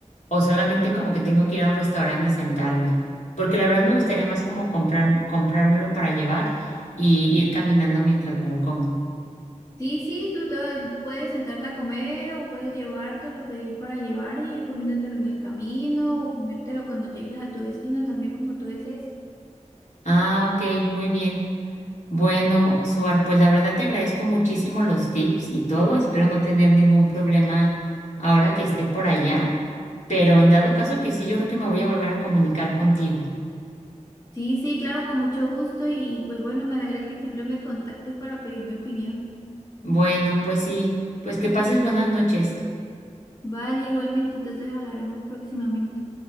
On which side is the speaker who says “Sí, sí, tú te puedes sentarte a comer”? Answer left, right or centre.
Left